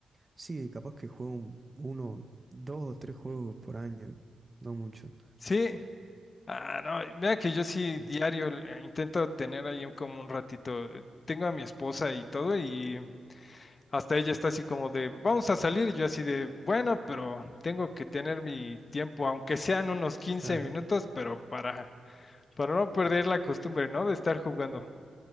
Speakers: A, on the right (about 35°); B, on the left (about 45°).
A: Sí, capaz que juego un- uno, dos o tres juegos por año. No mucho.
B: Sí. Ah, no, mira que yo sí
A: Mm.
B: diario eh, intento tener ahí un- como un ratito. eh, Tengo a mi esposa y todo y hasta ella está así como de, vamos a salir y yo así de, bueno, pero tengo que tener mi tiempo, aunque sean unos quince
A: Ajá.
B: minutos, pero para, para no perder la costumbre, ¿no? De estar jugando.